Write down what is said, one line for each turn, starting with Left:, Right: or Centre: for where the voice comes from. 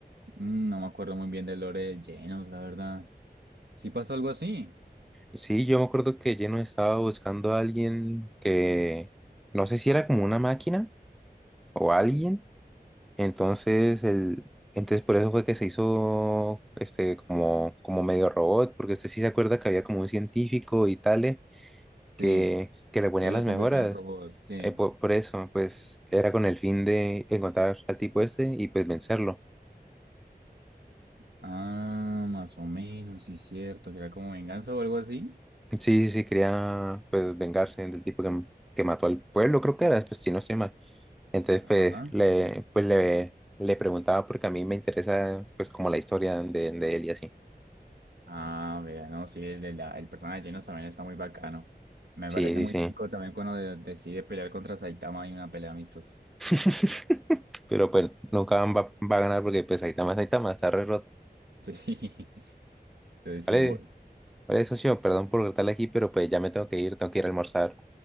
Right: Mm, no me acuerdo muy bien del lore de Genos, la verdad. Sí pasó algo así.
Centre: Sí, yo me acuerdo que Llenos estaba buscando a alguien que, no sé si era como una máquina o alguien Entonces, el, entonces por eso fue que se hizo este como, como medio robot, porque usted sí se acuerda que había como un científico y tales que,
Right: Sí.
Centre: que le ponía
Right: Él lo
Centre: las
Right: convirtió
Centre: mejoras.
Right: en robot, sí.
Centre: Eh, por por, eso, pues era con el fin de encontrar al tipo este y pues vencerlo.
Right: Ah, más o menos, sí, cierto, que era como venganza o algo así.
Centre: Sí, sí, sí, quería pues vengarse del tipo que, que mató al pueblo, creo que era, pues si no estoy mal. Entonces,
Right: Ajá.
Centre: pues le, pues, le, le preguntaba porque a mí me interesa pues como la historia de, de él y así.
Right: Ah, vea, no, sí, el, de la- el personaje de Genos también está muy bacano. Me
Centre: Sí,
Right: parece muy
Centre: sí,
Right: épico también cuando de- decide pelear contra Saitama en una pelea amistosa.
Centre: sí. <laughs> pero bueno, nunca van- va, va a ganar porque pues Saitama es Saitama, está re roto.
Right: Sí. <laughs> Entonces,
Centre: Vale,
Right: sí, bu-
Centre: vale, socio, perdón por cortarle aquí, pero pues ya me tengo que ir, tengo que ir a almorzar.